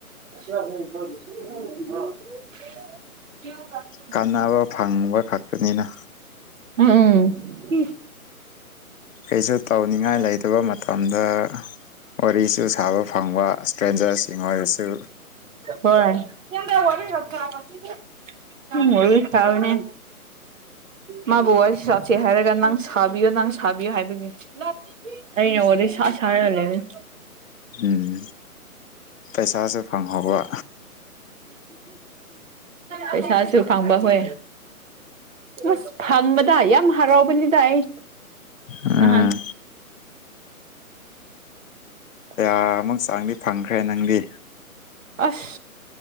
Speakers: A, on the right; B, on the left.
A: <unintelligible>
B: ꯀꯥꯟꯅꯕ ꯐꯪꯕ ꯈꯛꯇꯅꯤꯅ
A: ꯎꯝ ꯎꯝ ꯎꯝ
B: ꯀꯩꯁꯨ ꯇꯧꯅꯤꯡꯉꯥꯏ ꯂꯩꯇꯕ ꯃꯇꯝꯗ ꯋꯥꯔꯤꯁꯨ ꯁꯥꯕ ꯐꯪꯕ ꯏꯁꯇ꯭ꯔꯦꯟꯖꯔꯁꯤꯡ ꯑꯣꯏꯔꯁꯨ
A: ꯍꯣꯏ ꯁꯣꯝꯗ ꯋꯥꯔꯤ ꯉꯥꯛ ꯁꯥꯟꯅꯈꯤꯒꯦ ꯋꯥꯔꯤ ꯁꯥꯔꯤꯅꯦ ꯃꯥꯕꯨ ꯋꯥꯔꯤ ꯁꯥꯠꯁꯦ ꯍꯥꯏꯔꯒ ꯅꯪ ꯁꯥꯕꯤꯌꯣ ꯅꯪ ꯁꯥꯕꯤꯌꯣ ꯍꯥꯏꯕꯒꯤ ꯑꯩꯅ ꯋꯥꯔꯤ ꯁꯥ ꯁꯔꯒ ꯂꯩꯕꯅꯦ
B: ꯎꯝ ꯄꯩꯁꯥꯁꯨ ꯐꯪꯍꯧꯕ
A: ꯄꯩꯁꯥꯁꯨ ꯐꯪꯕ ꯍꯣꯏ ꯑꯁ ꯐꯪꯕꯗ ꯌꯥꯝ ꯍꯔꯥꯎꯕꯅꯤꯗ ꯑꯩ
B: ꯎꯝ
A: ꯅꯍꯥꯟ ꯄꯥꯏꯅꯨ
B: ꯑꯃꯨꯛ ꯆꯥꯡꯗꯤ ꯐꯪꯈ꯭ꯔꯦ ꯅꯪꯗꯤ
A: ꯑꯁ